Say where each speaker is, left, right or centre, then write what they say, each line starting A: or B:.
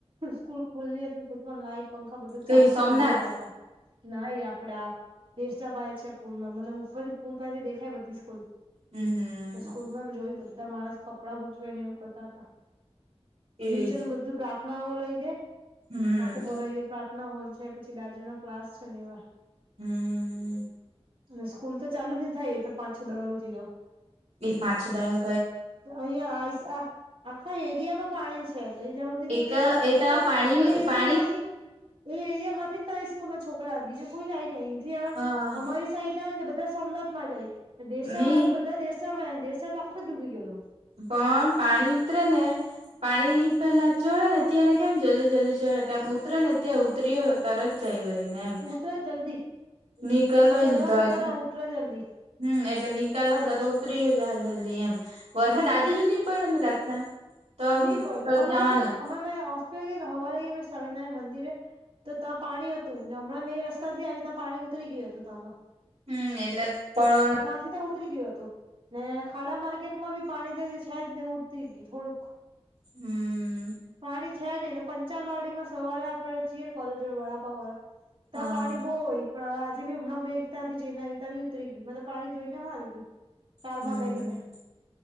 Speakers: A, on the right; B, on the right.
A: સ્કૂલ ખુલ્લી હતી તેમાં લાઈટ પંખા બધું
B: કઈ
A: ચાલુ કરીને
B: સોમનાથ
A: બે રહેલા હતા નાઈ આપડા દેેશ પાસે છે પુલમાં મતલબ ઉપર પુલ પાસેથી દેખાય બધી સ્કૂલ
B: હમ હમ
A: સ્કૂલમાં જોય બધા માણસ કપડા સુકવેને એવું કરતા હતા
B: એજ
A: નીચેનું બધું પ્રાર્થનાઓ લઈ દે
B: હમ
A: આખું ભરાઈ ગયા પ્રાર્થના ના હોલ છે પછી બાજુ ના ક્લાસ છે ને એવા
B: હમ
A: અને સ્કૂલ તો ચાલુ નહી થાય એ તો પાંચ છો દાડા હુંધી
B: એ પાંચ છો દાળો
A: અહીયાં આ આખા એરિયામાં પાણી છે. દઈ જા ઉદીનને
B: એક એ
A: કે
B: તો
A: કે
B: પાણી
A: એરિયા
B: પાણી
A: માંથી એ એરિયામાંથી થી જ સ્કૂલ માં છોકરા બીજું કોઈ જાય ને અહીંથી
B: હા
A: અમારી સાઈડ ને બધા સોમનાથમાં જાય દેશરા
B: ની
A: વાળા તો બધા દેશરા માં દેશરા માં આખો જ ડૂબી ગએલો.
B: પણ પાણી ઉતરે ને પાણી પહેલા ચડે ને ત્યારે કેમ જલ્દી જલ્દી ચડે તેમ ઉતરે ને ત્યાં ઉતરીયો તરત જાય વળી એમ
A: ઉતરે જલ્દી
B: નીકલ હોય
A: ચડવા
B: ને તો
A: કટારા
B: એ
A: ઉતરે જલ્દી
B: હમ્મ એટલે નીકળ હતા તો ઉતરીયો જાય જલ્દી એમ વરષાદ આજે જ નહી પડ્યો ને રાતના તો
A: ની પડયો
B: તો
A: હમણાં
B: જવાનું
A: મેં હોસ્ટેલ એ ગયો સ્વામીનારાયણ મંદિર તો ત્યાં પાણી હતું હમણાં મેં રસ્તા થી આવી ત્યાં પાણી ઉતરી ગયું હતું ત્યાં તો
B: હમ્મ એટલે પણ
A: ત્યાંથી તો ઉતરી ગયું હતું ને ખાડા માર્કેટમાં બી પાણી જે છે જને ઉતરી ગયું થોડુંક
B: હમ્મ.
A: પાણી છે નહિ ને પંચાલવાડીમાં સવારે આપડે જીયએ ને કોલેજ વડાપાવ વાળો ત્યાં
B: હા
A: પાણી બહુ હોય પણ હવે આજે બી હમણાં એકતાથી જઈને તા બી ઉતરી ગઈ મતલબ પાણી જોઈ ને હારી ગઈ કારમાં
B: હમ્મ
A: બેહીને